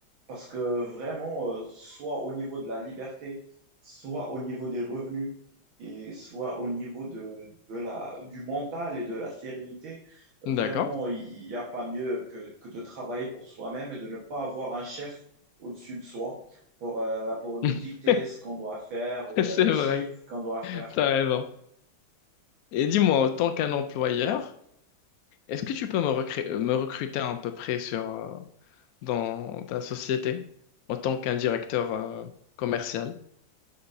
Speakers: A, on the right; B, on the left.
A: Parce que vraiment, euh, soit au niveau de la liberté, soit au niveau des revenus, et soit au niveau de, de la, du mental et de la sérénité, vraiment,
B: D'accord.
A: il n'y a pas mieux que, que de travailler pour soi-même et de ne pas avoir un chef au-dessus de soi pour, euh, pour nous
B: <laughs>
A: dicter ce qu'on doit faire ou bien
B: C'est
A: les
B: vrai.
A: chiffres qu'on doit faire.
B: T'as raison. Et dis-moi, en tant qu'un employeur, est-ce que tu peux me recré- euh, me recruter à peu près sur, euh, dans ta société en tant qu'un directeur euh, commercial?